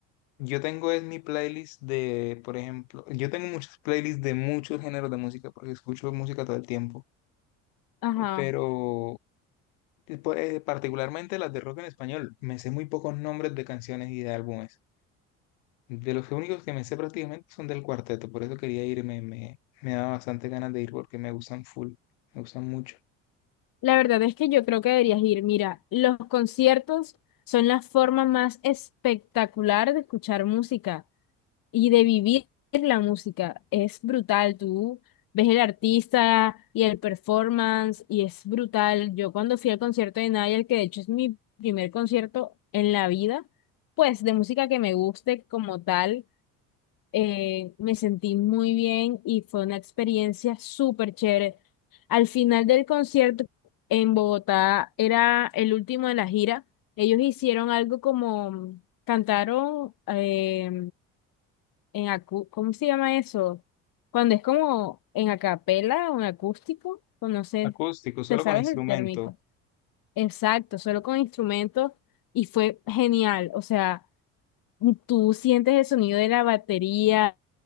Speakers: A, on the left (about 80°); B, on the left (about 60°).
A: yo tengo es mi playlist de, por ejemplo, yo tengo muchas playlists de muchos géneros de música porque escucho música todo el tiempo.
B: Ajá.
A: Eh, Pero eh, por- eh, particularmente las de rock en español, me sé muy pocos nombres de canciones y de álbumes. De los únicos que me sé prácticamente son del cuarteto, por eso quería irme, me, me da bastante ganas de ir porque me gustan full, me gustan mucho.
B: La verdad es que yo creo que deberías ir. Mira, los conciertos son la forma más espectacular de escuchar música. y de vivir la música. Es brutal, tú ves el artista y el performance y es brutal. Yo cuando fui al concierto de Nayel, que de hecho es mi primer concierto en la vida, pues de música que me guste como tal, eh, me sentí muy bien y fue una experiencia súper chévere. Al final del concierto en Bogotá, era el último de la gira, ellos hicieron algo como... Cantaron, eh, en acu- ¿cómo se llama eso? Cuando es como en acapela o en acústico, pues no sé,
A: Acústico, solo
B: te sabes
A: con instrumento.
B: el térmico. Exacto, solo con instrumentos y fue genial. O sea, tú sientes el sonido de la batería,